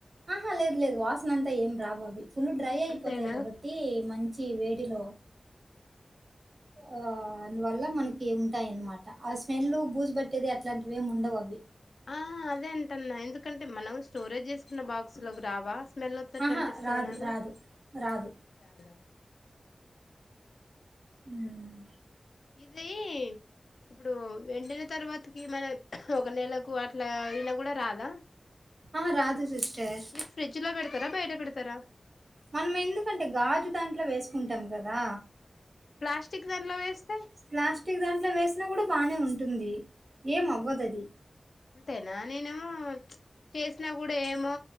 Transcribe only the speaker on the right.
ఆహా లేదు లేదు వాసన అంతా ఏం రాబాబు ఫుల్ డ్రై అయిపోతాయి
కాబట్టి మంచి వేడిలో ఆ అందువల్ల మనకి ఉంటాయిన్నమాట ఆ స్మెల్ బూజు పట్టేది అట్లాంటివిేమి ఉండవు అవి
ఆహా
రాదు
రాదు రాదు
ఉమ్
ఆహా రాదు సిస్టర్
మనం ఎందుకంటే గాజు దాంట్లో వేసుకుంటాం కదా
ప్లాస్టిక్ దాంట్లో వేసినా కూడా బాగానే ఉంట ఉంటుంది ఏం అవ్వదుది